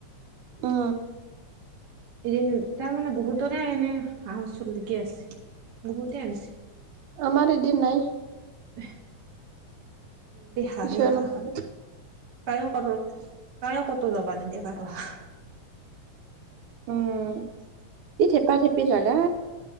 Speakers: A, on the right (about 80°); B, on the right (about 50°).
A: অঁ।
B: এদিন, তাৰমানে বহুতৰে এনে হাঁহৰ চলকি আছে, বহুতে আনছে।
A: আমাৰ এদি নাই।
B: হে। দে হাঁহে
A: ঈশ্বৰে
B: হাঁহ
A: নকৰে
B: খালে, তাইও কৰ। কাৰো কতো যাবা নিদিয়ে কৰো হাঁহ।
A: উম, কি থেপা থেপি জাগা!